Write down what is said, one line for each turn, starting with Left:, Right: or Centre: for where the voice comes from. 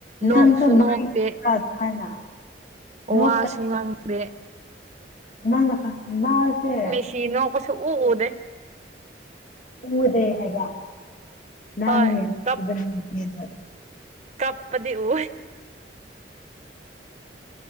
Right: ꯅꯣꯛꯁꯨ
Left: ꯅꯪꯁꯨ ꯃꯥꯏꯕ꯭ꯔꯥ
Right: ꯅꯣꯛꯇꯦ
Left: <unintelligible> ꯅꯣꯛꯄ
Right: ꯋꯥꯁꯨ ꯉꯥꯡꯗꯦ
Left: ꯅꯪꯅ <unintelligible> ꯃꯥꯁꯦ
Right: ꯁꯤ ꯅꯣꯛꯄ ꯁꯨꯑꯨ ꯎꯗꯦ
Left: ꯎꯗ ꯍꯥꯏ <unintelligible> ꯅꯪ
Right: ꯍꯣꯏ
Left: <unintelligible>
Right: ꯀꯞ ꯀꯞꯄꯗꯤ ꯎꯋꯦ